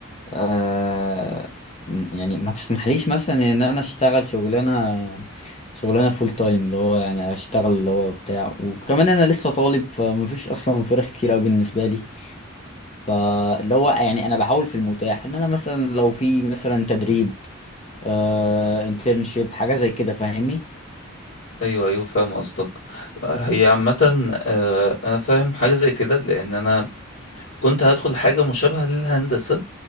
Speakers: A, on the left; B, on the left.
A: آه م- يعني ما تسمحليش مثلا ان انا اشتغل شغلانه شغلانه فول تايم اللي هو يعني اشتغل اللي هو بتاع وكمان انا لسه طالب فمفيش اصلا فرص كتير أوي بالنسبه لي فاللي هو يعني انا بحاول في المتاح ان انا مثلا لو في مثلا تدريب آه انترنشيب حاجه زي كده فاهمني
B: ايوه ايوه فاهم قصدك هي عامة آه، انا فاهم حاجة زي كده لان انا كنت هدخل حاجة مشابهة للهندسة